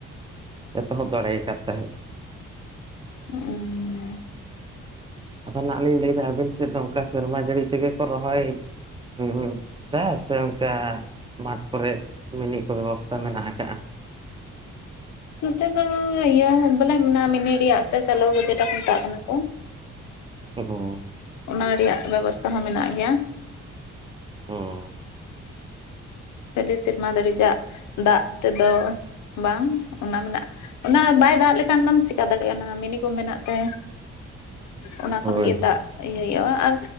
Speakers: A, on the right; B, on the left.
A: ᱮᱛᱚᱦᱚᱵ ᱫᱟᱲᱮᱭᱟᱜ ᱠᱟᱛ ᱛᱟᱦᱮᱸᱫ᱾
B: ᱩᱸ᱾
A: ᱟᱫᱚ ᱱᱟᱸᱜ ᱞᱤᱧ ᱞᱟᱹᱭᱫᱟ ᱟᱵᱮᱱ ᱥᱮᱫ ᱫᱚ ᱱᱚᱝᱠᱟ ᱥᱮᱨᱢᱟ ᱡᱟᱹᱲᱤ ᱛᱮᱜᱮ ᱠᱚ ᱨᱚᱦᱚᱭ <inaudible> ᱫᱟ ᱥᱮ ᱚᱱᱠᱟ ᱵᱟᱸᱫ ᱠᱚᱨᱮᱜ ᱢᱤᱱᱤ ᱠᱚ ᱵᱮᱵᱚᱥᱛᱟ ᱢᱮᱱᱟᱜ ᱠᱟᱜᱼᱟ᱾
B: ᱱᱚᱛᱮ ᱫᱚ ᱤᱭᱟᱹ ᱵᱚᱞᱮ ᱢᱮᱱᱟᱜᱼᱟ ᱢᱤᱱᱤ ᱨᱮᱭᱟᱜ ᱥᱮ ᱥᱟᱞᱳ ᱵᱟ ᱡᱮᱴᱟ ᱠᱚ ᱢᱮᱛᱟᱜ ᱠᱟᱱᱟ ᱠᱚ᱾
A: ᱚᱦᱚ᱾
B: ᱚᱱᱟ ᱨᱮᱭᱟᱜ ᱵᱮᱵᱚᱥᱛᱟ ᱦᱚᱸ ᱢᱮᱱᱟᱜ ᱜᱮᱭᱟ᱾
A: ᱚ᱾
B: ᱠᱷᱟᱹᱞᱤ ᱥᱮᱨᱢᱟ ᱫᱟᱹᱲᱤ ᱡᱟᱜ ᱫᱟᱜ ᱛᱮᱫᱚ ᱵᱟᱝ ᱚᱱᱟ ᱢᱮᱱᱟᱜ ᱚᱱᱟ ᱵᱟᱭ ᱫᱟᱜ ᱞᱮᱠᱷᱟᱱ ᱫᱚᱢ ᱪᱤᱠᱟ ᱫᱟᱲᱮᱭᱟᱜᱼᱟ ᱚᱱᱟ ᱢᱤᱱᱤ ᱠᱚ ᱢᱮᱱᱟᱜ ᱛᱮ ᱚᱱᱟ ᱠᱷᱚᱱ
A: ᱦᱳᱭ
B: ᱜᱮ ᱫᱟᱜ ᱤᱭᱟᱹ ᱦᱩᱭᱩᱜᱼᱟ ᱟᱨ